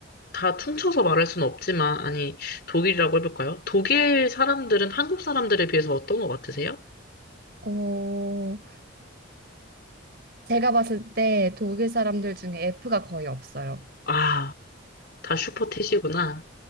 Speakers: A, on the left; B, on the right.
A: 다 퉁쳐서 말할 수는 없지만, 아니, 독일이라고 해볼까요? 독일 사람들은 한국 사람들에 비해서 어떤 것 같으세요?
B: 어, 제가 봤을 때 독일 사람들 중에 F가 거의 없어요.
A: 아, 다 슈퍼티시구나.